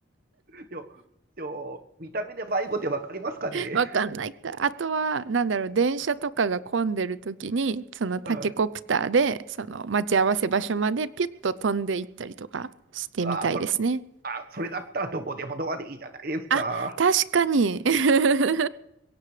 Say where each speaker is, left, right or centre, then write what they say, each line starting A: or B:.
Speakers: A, on the right; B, on the right.
A: でも、でも、見た目で迷子ってわかりますかね
B: わかんないか。あとは、なんだろう、電車とかが混んでる時に、そのタケコプターで、
A: うん、うん。
B: その待ち合わせ場所までピュッと飛んでいったりとかしてみたいですね。
A: あ、それ、あ、それだったらどこでもドアでいいじゃないですか。
B: あ、確かに。<laughs>